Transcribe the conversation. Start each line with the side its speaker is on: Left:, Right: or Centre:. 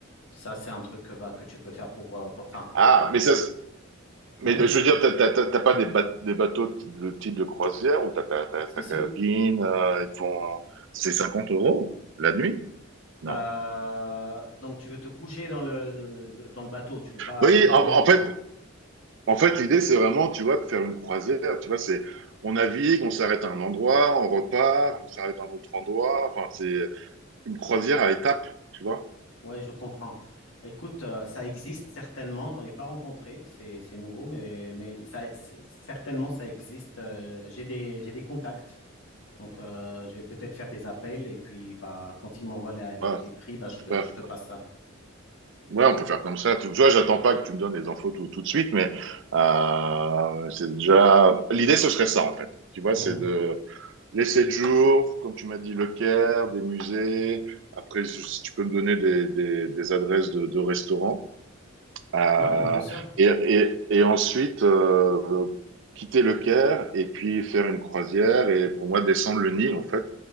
Left: Ça, c'est un truc euh, bah, que tu peux faire pour. euh, pour- Enfin,
Right: Ah, mais ça, Mais
Left: oui,
Right: je veux dire, t'as t'as- t'as- t'as pas des, ba- des bateaux t- de type de croisière où t'as ta ta-
Left: si,
Right: ta
Left: si.
Right: cabine, euh, ils te font... C'est 50 euros la nuit? Non.
Left: Euh, donc, tu veux te coucher dans le, de- dans le bateau, tu veux pas,
Right: Oui,
Left: tu veux dormir
Right: en, en
Left: dedans.
Right: fait, en fait, l'idée, c'est vraiment, tu vois, de faire une croisière. Tu vois, c'est, on navigue, on s'arrête à un endroit, on repart, on s'arrête à un autre endroit. Enfin, c'est une croisière à étapes, tu vois.
Left: Oui, je comprends. Écoute, euh, ça existe certainement, j'en ai pas rencontré, c'est, c'est nouveau, mais, mais ça, c'est- certainement ça existe. Euh, j'ai des, j'ai des contacts. Donc, euh, je vais peut-être faire des appels et puis bah, quand ils m'envoient la- les,
Right: Voilà,
Left: les prix, bah, je te,
Right: super.
Left: je te passe ça.
Right: Ouais, on peut faire comme ça. Tu tu vois, j'attends pas que tu me donnes les infos tout, tout de suite, mais euh, c'est déjà. L'idée, ce serait ça, en fait. Tu vois,
Left: Mhm.
Right: c'est de les 7 jours, comme tu m'as dit, le Caire, des musées. Après, si si tu peux me donner des, des, des adresses de, de restaurants. Euh,
Left: Ouais, bien sûr.
Right: et, et, et ensuite, euh, quitter le Caire et puis faire une croisière et pour moi, descendre le Nil, en fait.